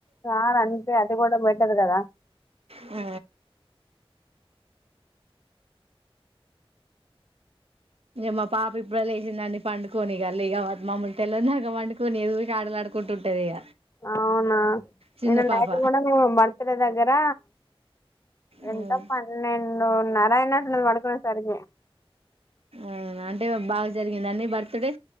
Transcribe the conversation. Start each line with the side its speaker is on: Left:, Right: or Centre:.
Left: ఆ గంతే అది కూడా బెటర్ కదా
Right: అ మా పాప ఇప్పుడే లేచిందండి పండుకొనిగా మమ్ముల్ని తెల్లందాక పండుకొనియ్యదు ఊకె ఆడలాడుకుంట ఉంటది ఇగ
Left: అవునా
Right: చిన్న
Left: నిన్న
Right: పాప
Left: నైట్ కూడా మే బర్త్డే దగ్గర
Right: మ్మ్
Left: ఎంత పన్నెండున్నర అయినట్టున్నది మేం పండుకునేసరికి
Right: అవునా అంటే బాగా జరిగిందాండి బర్త్డే